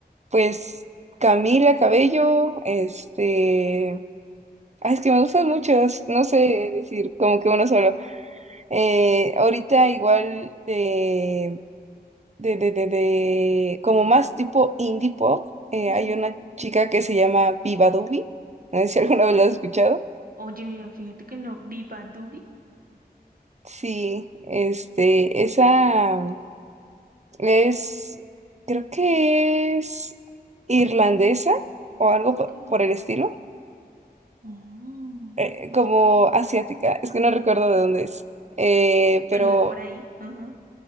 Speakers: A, on the right; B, on the right.
A: Pues Camila Cabello, este, ay, es que me gustan muchos, no sé decir como que uno solo. Eh, ahorita igual de, de, de, de, de- como más tipo indie pop, eh,
B: ujú.
A: hay una chica que se llama Viva Dubi, no sé si <laughs> alguna vez la has escuchado.
B: Oye, mira, fíjate que no, Viva Dubi.
A: Sí, este, esa es, creo que es irlandesa o algo
B: Ok.
A: po- por el estilo
B: Oh,
A: eh, como asiática, es que no recuerdo de dónde es, Eh,
B: bueno,
A: pero
B: de por ahí, ajá.